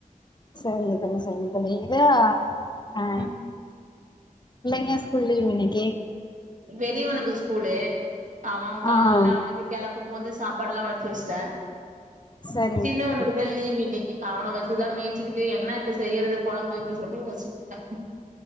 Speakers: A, on the left (about 30°); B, on the right (about 65°).
A: சரிங்க தோழி சரிங்க தோழி இதா அ
B: ம்
A: பிள்ளைங்க ஸ்கூல் லீவ் இன்னைக்கி
B: பெரியவுனுக்கு ஸ்கூலு ஆமாக்கா
A: ஆ
B: <unintelligible> அவுனுக் கெலப்ப மோதுஸ் சாப்பாடுலா வடிச்சு வச்ட்ட
A: சரிங்க
B: சின்னவனுக்குதா
A: தோழி
B: லீவு இன்னிக்கு அவன வச்சுதா மேச்சுகிட்டு என்ன இப்ப செய்யறது கொழம்பு அப்டின் சொல்லி யோசிச்சிட்ருக்கே